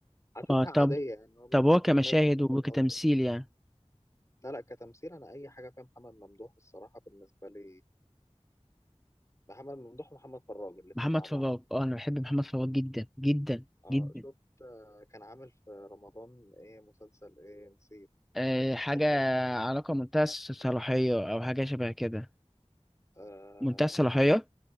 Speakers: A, on the left (about 25°); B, in the centre.
A: حاسسها
B: آه طب
A: عادية يعني هو بس
B: طب هو كمشاهد
A: الناس بتحب
B: وكتمثيل
A: تأفور
B: يعني
A: لا لا كتمثيل أنا أي حاجة فيها محمد ممدوح الصراحة بالنسبة لي محمد ممدوح ومحمد فراج الاتنين
B: محمد
A: مع بعض
B: فراج اه انا بحب محمد فراج جدا جدا
A: اه
B: جدا
A: شفت آه، كان عامل في رمضان ايه مسلسل ايه نسيت
B: أه حاجه
A: اللي هو
B: علاقه منتهى الصلاحيه او حاجه شبه كده
A: آه
B: منتهى الصلاحيه
A: أيوة